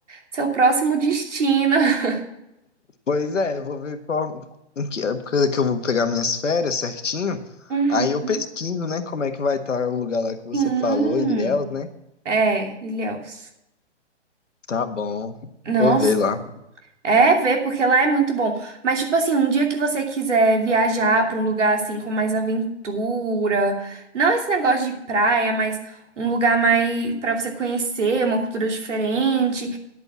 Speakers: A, on the right; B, on the left.
A: seu próximo destino. <laughs>
B: Pois é, eu vou ver qual, em que época que eu vou pegar minhas férias certinho.
A: Uhum.
B: Aí eu pesquiso, né, como é que vai estar o lugar lá que você
A: Sim,
B: falou, Ilhéus, né?
A: é, Ilhéus.
B: Tá bom,
A: Nossa,
B: vou ver lá.
A: é ver, porque lá é muito bom. Mas, tipo assim, um dia que você quiser viajar pra um lugar assim com mais aventura, não esse negócio de praia, mas um lugar mais pra você conhecer, uma cultura diferente.